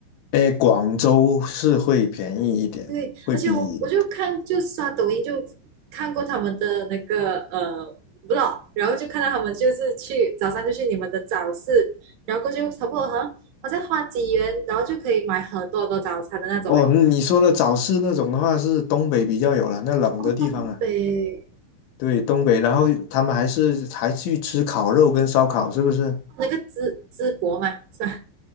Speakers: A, on the left; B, on the right.
A: 哎，广州是会便宜一点，
B: 对，
A: 会比
B: 而且我我就看就刷抖音就看过他们的那个呃 vlog，然后就看到他们就是去早上就去你们的早市，然后过去差不多好像好像花几元，然后就可以买很多很多早餐的那种欸
A: 哦你说的早市那种的话是东北比较有了，那冷的地方啊。
B: 哦，东北，
A: 对，东北，然后他们还是还去吃烤肉跟烧烤，是不是？
B: 哦那个淄淄博嘛，是吧？